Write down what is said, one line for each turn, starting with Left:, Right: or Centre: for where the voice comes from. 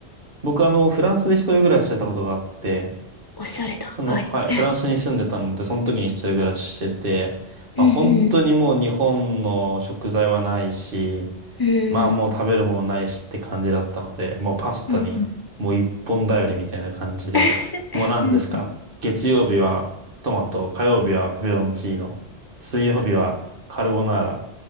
Right: 僕あの、フランスで一人暮らししてたことがあって、
Left: おしゃれだ。
Right: その、
Left: はい。
Right: はい、
Left: <laughs>
Right: フランスに住んでたので、その時に一人暮らししてて、
Left: うんうん。
Right: まあ本当にもう日本の食材はないし、
Left: うん
Right: まあもう食べるものないしって感じだったので、もうパスタにもう一本頼りみたいな感じで、
Left: うんうん。<laughs>
Right: もう何ですか、
Left: うん
Right: 月曜日はトマト、火曜日はペペロンチーノ、水曜日はカルボナーラ、